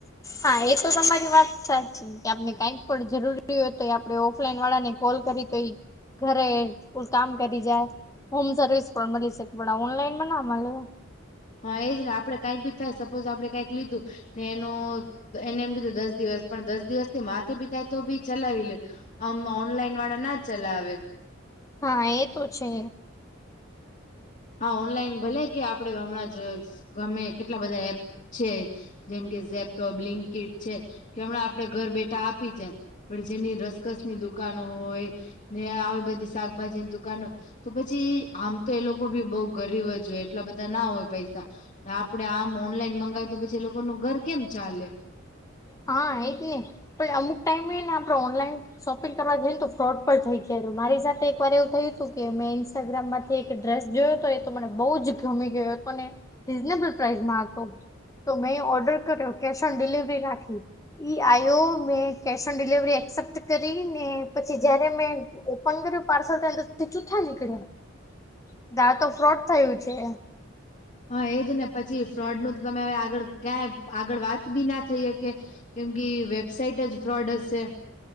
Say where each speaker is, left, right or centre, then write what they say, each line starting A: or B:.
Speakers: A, on the left; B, on the left.
A: હા એ તો તમારી વાત સાચી છે. કે આપને કઈક પણ જરૂરી હો તો આપણે ઓફલાઈન વાળા ને કોલ કરી તો ઘરે કો કામ કરી જાય હોમ સર્વિસ પણ મળી શકે પણ ઓનલાઈ ના મળે
B: હા એજ ને આપે કઈક બી થાય સપોઝ આપડે કઈક લીધું ને એનું એને એમ કીધું દસ દિવસ પણ દસ દિવસ થી માથે બી થાય તો બી ચલાવી લે આમ ઓનલાઈન વાળા ના ચલાવે
A: હા એ તો છે.
B: હા ઓનલાઈન ભલે કે આપડે હમણાં જ ગમે કેટલા બધા એપ છે. જેમ કે ઝેપટો બ્લીનકીટ છે, કે હમણાં આપડે ઘર બેઠા આપી જા પણ જેની રસકસની દુકાનો હોય ને આવી બધી શાકભાજીની દુકાનો તો પછી આમ તો એ લોક લોકો બી બઉ ગરીબ જ હોય એટલા બધા ના હોય પૈસા ને આપડે આમ ઓનલાઈન મંગાવી તો પછી લોકો નું ઘર કેમ ચાલે
A: હા એજ ને પણ અમુક ટાઈમ હો ને આપડ ઓનલાઈન શોપિંગ કરવા જઈ ને તો ફ્રોડ પણ થઈ ગાયું મારી સાથે એક વાર એવું થયું હતું કે મે ઇન્સ્ટાગ્રામ માંથી એક ડ્રેસ જોયો હતો એ તો મને બહુ જ ગમી ગયો હતો ને. રીઝનેબલ પ્રાઇસમાં હતો, તો મેં ઓર્ડર કર્યો કેશ ઓન ડિલિવરી રાખી. ઈ આવ્યો મેં કેશ ઓન ડિલિવરી એક્સેપ્ટ કરી ને પછી જયારે મેં. ઓપન કર્યું પાર્સલ ચૂઠા નીકળ્યા દાંઅ ફ્રોડ થયું છે.
B: હા એજ ને પછી ફ્રોડ નું તો તમે હવે આગળ ક્યાંય આગળ વાત બી ના થઈ હ કે કેમ કે વેબસાઇટ જ ફ્રોડ હશે.